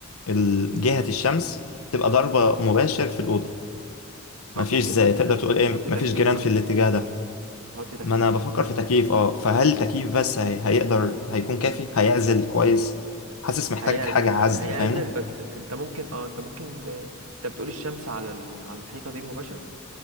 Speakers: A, on the left (about 80°); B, on the right (about 85°).
A: ال- جهه الشمس تبقى ضربه مباشر في الاوضه مفيش
B: اه ممكن
A: زي
B: نحط
A: تقدر تقول ايه
B: نحط
A: مفيش
B: تكييف
A: جيران
B: بقى
A: في الاتجاه ده
B: نحط تكييف
A: ما انا بفكر في تكييف اه فهل تكييف بس هي... هيقدر هيكون كافي هيعزل كويس حاسس محتاج
B: هيعزل
A: حاجة
B: هي-
A: عزل
B: هيعزل
A: فاهمني
B: بس انت ممكن اه انت ممكن ده- انت بتقول الشمس على ال... على الحيطه دي مباشر